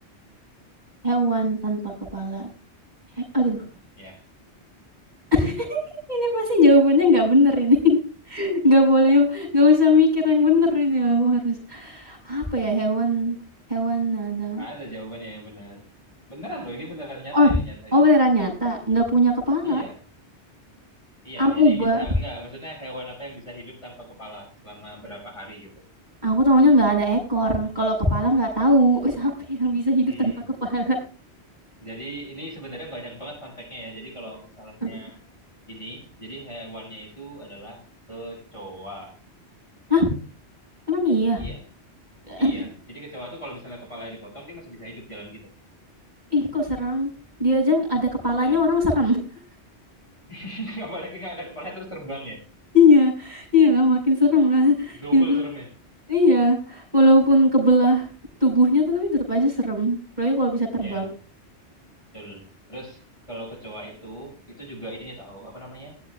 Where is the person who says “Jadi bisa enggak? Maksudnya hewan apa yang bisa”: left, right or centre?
Left